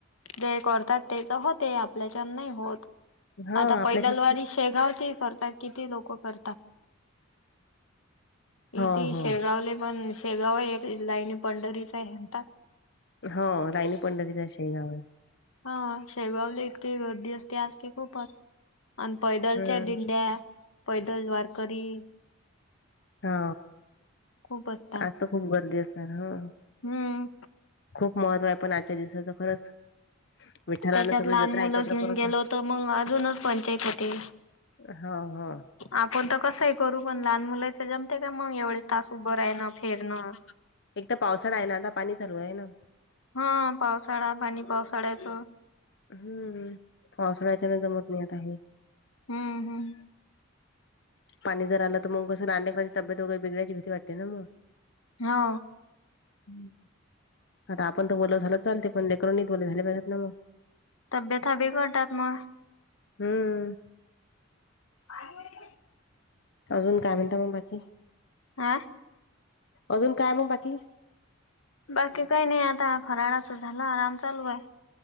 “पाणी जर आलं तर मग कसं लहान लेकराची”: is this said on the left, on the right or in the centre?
Left